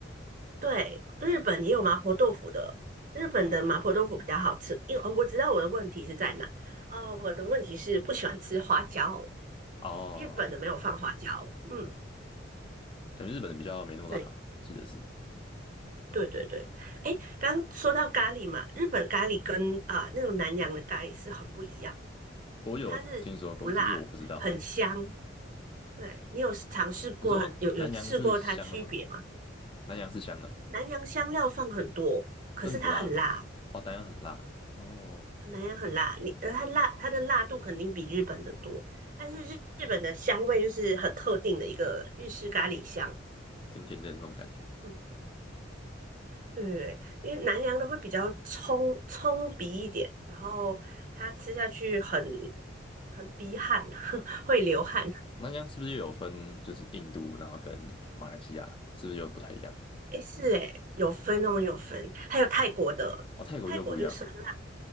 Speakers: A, on the right; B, on the left.
A: 对，日本也有麻婆豆腐的，日本的麻婆豆腐比较好吃。因为哦，我知道我的问题是在哪，哦，我的问题是不喜欢吃花椒，
B: 哦，
A: 日本的没有放花椒，嗯，
B: 感觉日本的比较没那么辣吧，
A: 对。
B: 记得是。
A: 对对对，哎，刚说到咖喱嘛，日本咖喱跟啊、呃那种南洋的咖喱是很不一样的
B: 我有听说过，
A: 它是不辣，
B: 只是我不知道。
A: 很香。对，你有尝试过，
B: 你说南洋是香的吗？
A: 有有试过它区别吗？
B: 南洋是香的哦，
A: 南洋香料放很多，可是它很辣，
B: 但是不辣啊。哦，南洋很辣，哦，
A: 南洋很辣，你呃它辣，它的辣度肯定比日本的多，但是日日本的香味就是很特定的一个日式咖喱香。
B: 甜甜的那种感觉。
A: 嗯，对对对，因为南洋的会比较冲冲鼻一点，然后它吃下去很很逼汗，<laughs> 会流汗。
B: 南这样是不是又有分，就是印度，然后跟马来西亚，是不是又不太一样？
A: 诶，是诶，有分哦，有分。还有泰国的，
B: 哦，泰国又不一样了。
A: 泰国就是酸辣